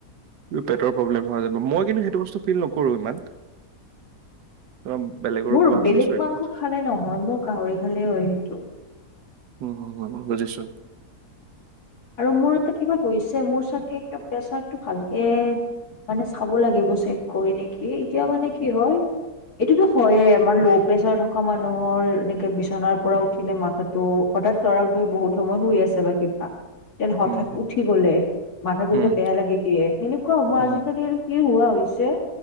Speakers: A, on the right; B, on the left.
A: পেটৰ প্ৰব্লেম হোৱা যেন নাই কিন্তু সেইটো বস্তু ফিল নকৰো ইমান তোমাৰ বেলেগৰো
B: মোৰ
A: কোৱা
B: বেলেগ
A: শুনিছো এই
B: মাংস
A: কথাটো
B: খালে নহয় মোৰ গাহৰি খালেই হয় সেইটো
A: উম, হম হ বুজিছো'।
B: আৰু মোৰ এতে কিবা হৈছে মোৰ চাগে কিব প্ৰেচাৰটো ভালকে মানে চাব লাগিব চেক কৰি নেকি এতিয়া মানে কি হয়'। এইটোতো হয়য়ে আমাৰ ল' প্ৰেচাৰ থকা মানুহৰ এনেকে বিচনাৰ পৰা উঠিলে মাথাটো। হঠাৎ লৰা তি বহুত সময় শুই আছে বা কিবা। যেন হঠাৎ
A: উম হুম
B: উঠি গলে মাথাটো
A: উম
B: যে বেয়া লাগি দিয়ে সেনে কোৱা মই
A: হুম
B: আজিকালি আৰু কি হোৱা হৈছে'।